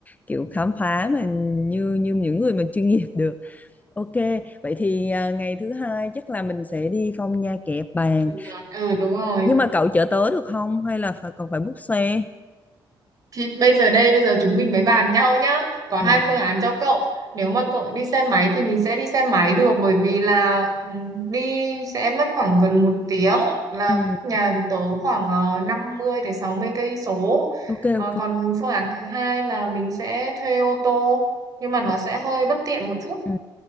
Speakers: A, on the left; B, on the right.
A: kiểu khám phá mà như như những người mà chuyên nghiệp được ok vậy thì à, ngày thứ hai chắc là mình sẽ đi Phong Nha Kẻ Bàng
B: chủ nhật ờ đúng rồi
A: nhưng mà cậu chở tớ được không hay là phải còn phải book xe
B: thì bây giờ đây bây giờ chúng mình mới bàn nhau nhá có
A: ờ,
B: hai phương án cho cậu nếu mà cậu đi xe máy thì mình sẽ đi xe máy được bởi vì là ừ, đi sẽ mất khoảng gần một tiếng là
A: ừm,
B: nhà tớ khoảng ờ, năm mươi tới sáu mươi cây số
A: ok
B: Ờ,
A: ok
B: còn phương án thứ hai là mình sẽ thuê ô tô nhưng mà
A: Thôi
B: nó sẽ hơi bất tiện một chút
A: Ừ.